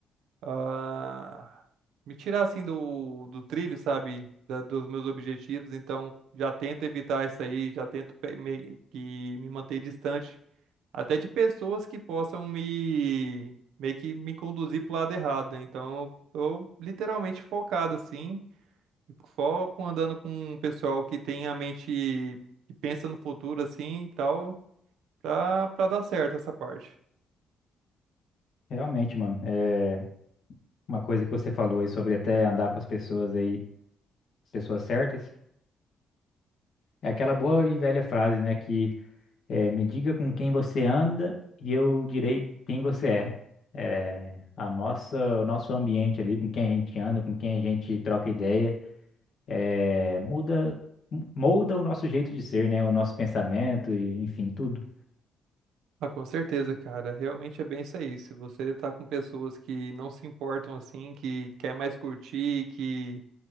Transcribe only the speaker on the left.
Realmente, mano, é uma coisa que você falou aí sobre até andar com as pessoas aí, pessoas certas, é aquela boa e velha frase, né, que é, me diga com quem você anda e eu direi quem você é. É, a nossa, o nosso ambiente ali, com quem a gente anda, com quem a gente troca ideia, é, muda, molda o nosso jeito de ser, né, o nosso pensamento e enfim, tudo.